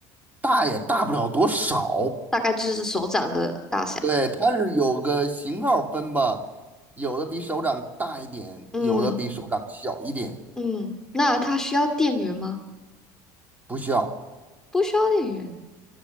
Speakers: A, on the right; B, in the centre.
A: 大也大不了多少。
B: 大概就是手掌的大小。
A: 对，它是有个型号分吧，有的比手掌大一点，
B: 嗯
A: 有的比手掌小一点，
B: 嗯，那它需要电源吗？
A: 不小。
B: 不需要电源。